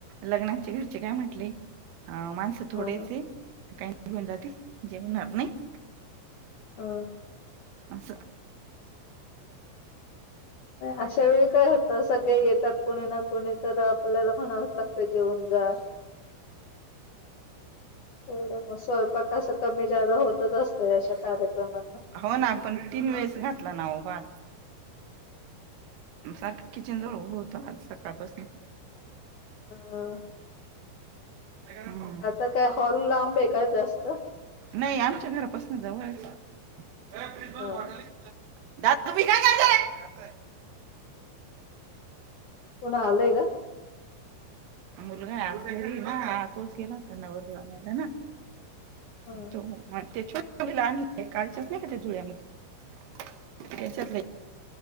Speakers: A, on the right; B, on the left.
A: लग्नाची घरची काय म्हटले. अ माणस थोडेच
B: ह
A: ये. काही निघून जातील जेवणार नाही.
B: अ
A: असं.
B: अशा वेळी काय होत सगळे येतात कोणी ना कोणी तर आपल्याला म्हणावंच लागतं जेवून जा. एवढं. मग स्वयंपाक अस कमी जादा होतच असतं अशा कार्यक्रमांना.
A: हो ना आपण तीन वेळेस घातला नाओ भात सारखं किचन जवळ उभं होतो आज सकाळपासून.
B: <unintelligible>
A: हम्म
B: आता काय हॉल लांब आहे का जास्त? ह
A: नाही आमच्या घरापासून जवळच हाय. <unintelligible>
B: ना कोण आलंय ग?
A: मुलगा आज घरी ना तोच गेला होता नवरदेव आणयला ना.
B: हा
A: तो म तेछ काळच्याच नाही का त्या जुळ्या मुली त्याच्यात